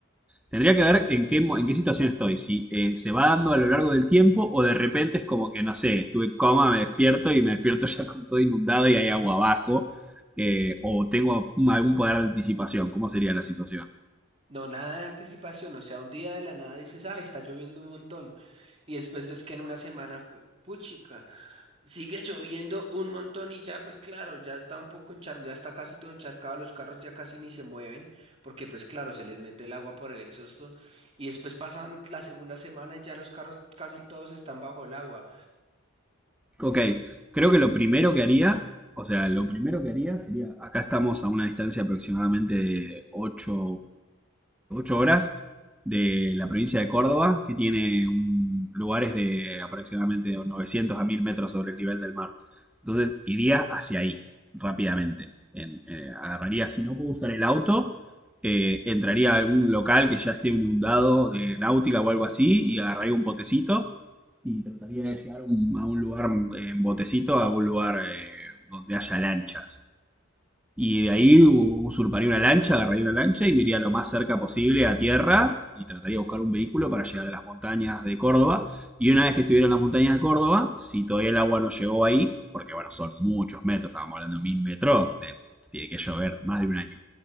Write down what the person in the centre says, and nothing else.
tendría que ver en qué, mo- en qué situación estoy, si eh, se va dando a lo largo del tiempo o de repente es como que, no sé, estuve en coma, me despierto y me despierto <laughs> ya con todo inundado y hay agua abajo, eh, o tengo algún poder de anticipación, ¿cómo sería la situación?
Ok, creo que lo primero que haría, o sea, lo primero que haría sería, acá estamos a una distancia aproximadamente de ocho horas de la provincia de Córdoba, que tiene un- lugares de aproximadamente 900 a 1000 metros sobre el nivel del mar. Entonces iría hacia ahí rápidamente. En- eh, agarraría, si no puedo usar el auto, eh, entraría a algún local que ya esté inundado de náutica o algo así y agarraría un botecito y trataría de llegar a un, a un lugar eh, en botecito, a un lugar eh, donde haya lanchas. Y de ahí u- usurparía una lancha, agarraría una lancha y me iría lo más cerca posible a tierra y trataría de buscar un vehículo para llegar a las montañas de Córdoba. Y una vez que estuviera en las montañas de Córdoba, si todavía el agua no llegó ahí, porque bueno, son muchos metros, estábamos hablando de mil metros, ten- tiene que llover más de un año.